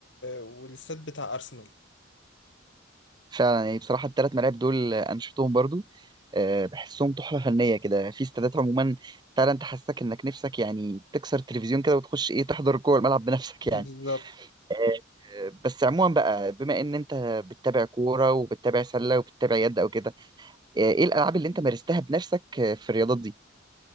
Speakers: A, on the left; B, on the right.
A: والاستاد بتاع أرسنال
B: فعلا يعني بصراحة التلات ملاعب دول آه، أنا شفتهم برضو آه، بحسهم تحفة فنية كده في استادات عموما فعلا تحسسك إنك نفسك يعني تكسر التلفزيون كده وتخش إيه تحضر جوه الملعب بنفسك
A: بالظبط
B: يعني آه، بس عموما بقى بما إن أنت بتتابع كورة وبتتابع سلة وبتتابع يد أو كده آه، إيه الألعاب اللي أنت مارستها بنفسك آه، في الرياضات دي؟